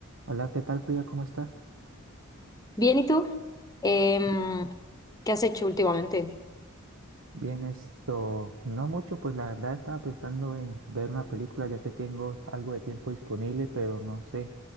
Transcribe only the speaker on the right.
Hola, ¿qué tal, Frida? ¿Cómo estás?
Bi-
Bien, esto, no mucho, pues la verdad estaba pensando en ver una película ya que tengo algo de tiempo disponible, pero no sé,